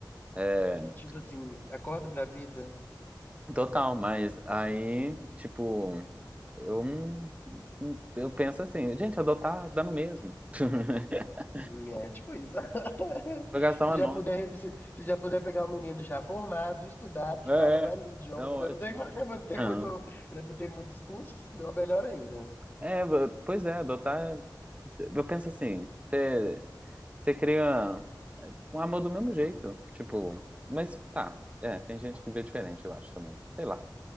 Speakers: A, on the right; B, on the left.
A: É,
B: Tipo assim, acordo pra vida.
A: total, mas aí, tipo, eu, não- não- eu penso assim, gente, adotar dá no mesmo. <laughs>
B: Hum, É, tipo isso. <laughs>
A: Vou gastar
B: Se
A: uma
B: já
A: nota.
B: puder, se, se já puder pegar um menino já formado, estudado, que
A: É,
B: fala vários
A: é
B: idiomas,
A: é ótimo.
B: pra não ter, <laughs> pra não ter
A: Aham.
B: muito, pra não ter muitos cursos, é melhor ainda.
A: É, bo- pois é, adotar. é- Eu penso assim, você você cria um amor do mesmo jeito, tipo, mas tá, é, tem gente que vê diferente, eu acho também, sei lá.